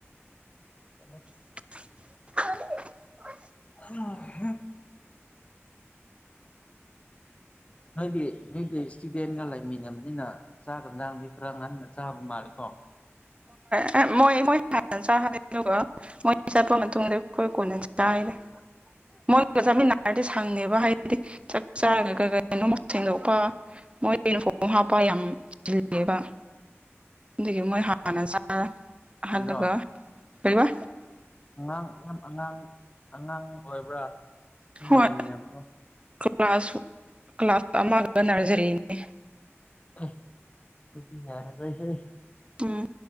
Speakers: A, on the left (about 25°); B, on the right (about 25°).
A: <unintelligible>
B: <unintelligible>
A: <unintelligible> ꯅꯣꯏꯗꯤ ꯅꯣꯏꯒꯤ ꯏꯁꯇꯨꯗꯦꯟꯒ ꯂꯩꯃꯤꯟꯅꯕꯅꯤꯅ ꯆꯥꯛ ꯑꯦꯟꯖꯥꯡꯗꯤ ꯈꯔ ꯉꯟꯅ ꯆꯥꯕ ꯃꯥꯂꯤꯀꯣ
B: ꯍꯣꯏ ꯃꯣꯏ ꯃꯣꯏ ꯍꯥꯟꯅ ꯆꯍꯟꯂꯤ ꯑꯗꯨꯒ ꯃꯣꯏ ꯆꯠꯄ ꯃꯇꯨꯡꯗ ꯑꯩꯈꯣꯏ ꯀꯣꯟꯅ ꯆꯥꯏꯗ ꯃꯣꯏꯒ ꯆꯥꯃꯤꯟꯅꯔꯗꯤ ꯁꯪꯅꯦꯕ ꯍꯥꯏꯗꯤ ꯆꯥꯛ ꯆꯥꯔꯒ ꯀ ꯀꯩꯅꯣ ꯁꯦꯡꯗꯣꯛꯄ <unintelligible> ꯍꯥꯞꯄ ꯌꯥꯝ ꯆꯤꯜꯂꯦꯕ ꯑꯗꯨꯒꯤ ꯃꯣꯏ ꯍꯥꯟꯅ ꯆꯥꯔ ꯑꯍꯜꯂꯒ
A: ꯔꯣ
B: ꯀꯔꯤꯕ
A: ꯑꯉꯥꯡ ꯌꯥꯝ ꯑꯉꯥꯡ ꯑꯉꯥꯡ ꯑꯣꯏꯕ꯭ꯔꯥ ꯅꯪꯅ
B: ꯍꯣꯏ
A: ꯂꯩꯃꯤꯟꯅꯕꯗꯣ
B: ꯀ꯭ꯂꯥꯁ ꯀ꯭ꯂꯥꯁ <unintelligible> ꯅꯔꯖꯔꯤꯅꯦ
A: ꯑꯩ ꯑꯗꯨꯗꯤ ꯌꯥꯔꯔꯣꯏ ꯍꯩ
B: ꯎꯝ